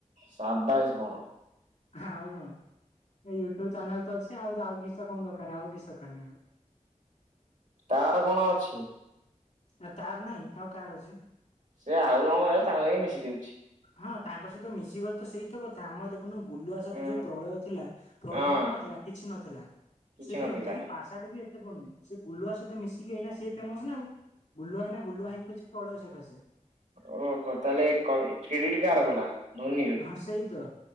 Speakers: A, on the right; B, on the left.
A: ସାବାଇଶ କଣ
B: ଆଉ କଣ୍? ଏ ୟୁଟ୍ୟୁବ ଚ୍ୟାନେଲ ତ ଅଛି ଆଉ, ଆଉ କିଛିଟା କଣ ଦରକାର ଆଉ କିଛି ଦରକାର ନାହିଁ ଆଉ।
A: ତାର କଣ ଅଛି?
B: ଆ ତାର ନାହିଁ, ଆଉ କାହାର ଅଛି?
A: ସେ ଆଉ ଜଣଙ୍କ ସହ ତାଙ୍କ ଯାଇକି ମିଶି ଯାଉଛି।
B: ହଁ ତାଙ୍କ ସହିତ ମିଶିଗଲେ ତ ସେଇତ କଥା, ଆମ ଗୁଲୁଆ ସହିତ
A: ହୁଁ
B: ଯୋଉ ପ୍ରଳୟ ଥିଲା ପ୍ରଳୟରେ
A: ହଁ
B: କଣ ଥିଲା କିଛି ନଥିଲା।
A: କିଛି
B: ସେ ତ
A: ନଥିଲା
B: ଏମତିକିି ପାଠଶାଠ ବି ଏତେ ପଢେନି ସେ ଗୁଲୁଆ ସହିତ ମିଶିକି ଏଇନା ସିଏ ଫେମସ ନା ଆଉ, ଗୁଲୁଆ ଏଇନା ଗୁଲୁଆ ହେଇକି ଅଛି। ପ୍ରଳୟ ସକାଶେ
A: ଓହୋ ତାହଲେ କ-କ୍ରେଡିଟ କାର ଗଲା? ଧୋନି
B: ହଁ ସେଇତ।